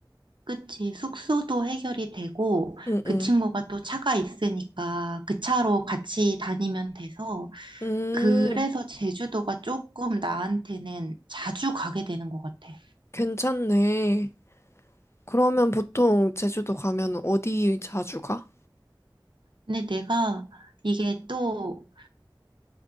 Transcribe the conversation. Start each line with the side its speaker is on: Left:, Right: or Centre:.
Right: 그치. 숙소도 해결이 되고
Left: 응,
Right: 그
Left: 응.
Right: 친구가 또 차가 있으니까 그 차로 같이 다니면 돼서
Left: 음,
Right: 그래서 제주도가 조금 나한테는 자주 가게 되는 것 같아.
Left: 괜찮네. 그러면 보통 제주도 가면 어디 자주 가?
Right: 근데 내가 이게 또